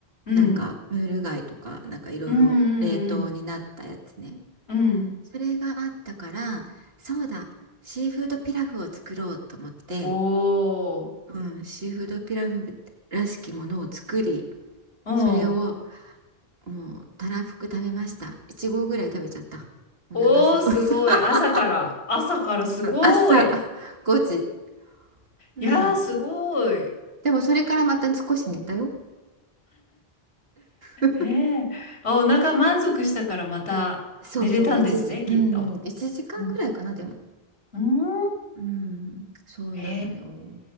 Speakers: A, on the left (about 85°); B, on the right (about 70°).
A: うん
B: なんかムール貝とかなんかいろいろ冷凍になったやつね
A: うんうんうんうんうん
B: それがあったから、そうだ、シーフードピラフを作ろうと思って、
A: おー
B: うん、シーフードピラフらしきものを作り、
A: うん
B: それをもうたらふく食べました。1合ぐらい食べちゃった。お腹すごいさ。
A: おーすごい朝から朝からすごい
B: <laughs> 朝5時。うん。
A: いやーすごい
B: でもそれからまた少し寝たよ。<laughs>
A: ねえあお腹満足したからまた寝れたんですねきっと
B: そうそう、1時、うん、1時間ぐらいかな、
A: うん
B: でも。
A: うーん
B: うん、そうなのよ。
A: へ